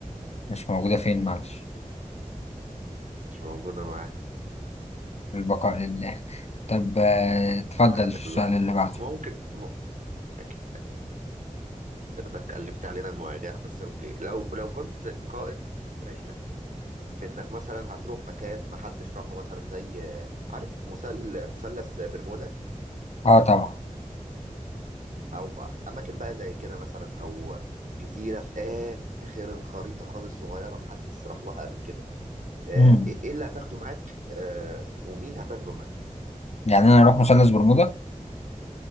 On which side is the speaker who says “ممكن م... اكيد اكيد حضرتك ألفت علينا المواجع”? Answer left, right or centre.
Right